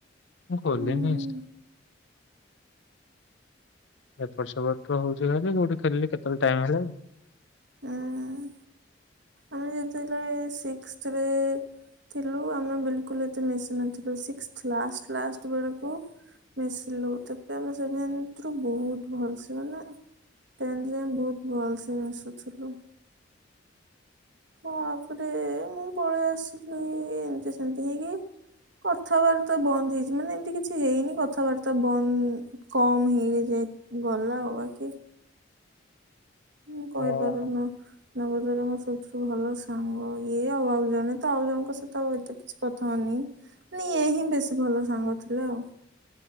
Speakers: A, on the left (about 65°); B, on the right (about 65°).
A: ମୁଁ ଖୋଲିନି
B: ଉଁ ହୁଁ
A: ଇନଷ୍ଟ ଏପଟ୍ ସେପଟ ତ ହଉଛି ଖାଲି କୋଉଠି ଥେଲି କେତେବେଳେ ଟାଇମ୍ ହେଲା କି? <inaudible>
B: ଉଁ ଆମେ ଯେତେବେଳେ ସିକ୍ସଥିରେ ଥିଲୁ ଆମେ ବିଲ୍ କୁଲ୍ ଏତେ ମିଶୁ ନଥିଲୁ ସିକ୍ସଥ୍ ଲାଷ୍ଟ୍ ଲାଷ୍ଟ୍ ବେଳକୁ ମିଶିଲୁ ତପରେ ଆମେ ସେଭେନ୍ଥରୁ ବହୁତ ଭଲ ସେ ମାନେ ଟେନ୍ଥ ଯାଏ ବହୁତ ଭଲସେ ମିଶୁଥିଲୁ। ତାପରେ ମୁଁ ପଳେଇ ଆସିଲି ଏମିତି ସେମିତି ହେଇକି। କଥାବାର୍ତ୍ତା ବନ୍ଦ ହେଇଛି ମାନେ ଏମିତି କିଛି ହେଇନି କଥାବାର୍ତ୍ତା ବନ କମ୍ ହେଇକି ଯେ ଗଲା ଆଉ ବାକି ମୁଁ କହିପାରୁନା
A: ଓହୋ।
B: ନବଦ୍ୱାର ମୋ ସବୁଠୁ ଭଲ ସାଙ୍ଗ ଇଏ ଆଉ ଆଉ ଜଣେ ତ ଆଉ ଜଣଙ୍କ ସହିତ ଆଉ ଏତେ କିଛି କଥା ହଉନି। ନାଁ ଏ ହିଁ ବେଶୀ ଭଲ ସାଙ୍ଗ ଥିଲା ଆଉ।